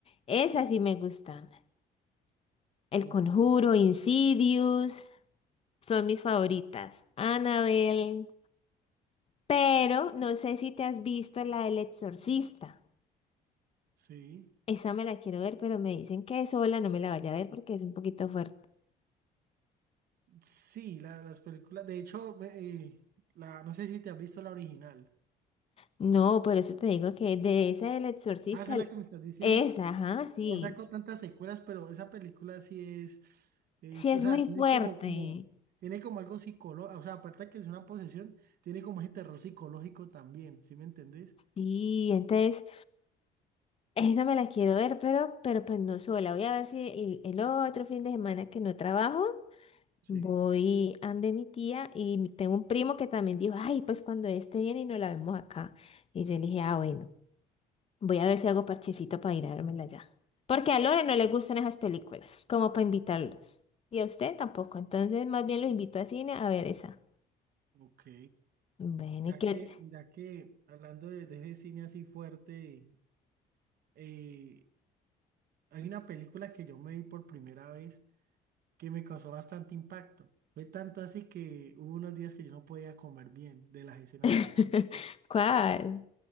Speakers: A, on the left; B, on the right.
A: Esas
B: sí,
A: sí me gustan. El
B: uf,
A: Conjuro, Insidious, son mis favoritas. Annabelle. Pero no sé si te has visto la del Exorcista.
B: sí,
A: Esa me la quiero ver, pero me dicen que sola no me la vaya a ver porque es un poquito fuerte.
B: sí, la- las películas, de hecho, me- eh, la, no sé si te has visto la original.
A: No, por eso te digo que de esa del Exorcista,
B: Ah, esa es la que me estás diciendo.
A: esa, ajá, sí.
B: No ha sacado tantas secuelas, pero esa película sí es, es-
A: Sí, es
B: o sea,
A: muy
B: tiene
A: fuerte.
B: como, como, tiene como algo psicológico, o sea, aparte de que es una posesión, tiene como ese terror psicológico también, ¿sí me entendés?
A: Sí, entonces, esa me la quiero ver, pero, pero pues no sola. Voy a ver si el, el otro fin de semana que no trabajo,
B: Sí,
A: voy ande mi tía y tengo un primo que también dijo, ay, pues cuando esté bien y nos la vemos acá. Y yo le dije, ah, bueno. Voy a ver si hago parchecito para ir a dármela ya. Porque a Lore no le gustan esas películas, como para invitarlos. Y a usted tampoco, entonces más bien los invito a cine a ver esa.
B: ok.
A: Bueno,
B: Mira
A: ¿y qué
B: que,
A: otra?
B: mira que, hablando de, de ese cine así fuerte, eh, hay una película que yo me vi por primera vez que me causó bastante impacto. Fue tanto así que hubo unos días que yo no podía comer bien de las escenas
A: <laughs>
B: tan fuertes.
A: ¿Cuál?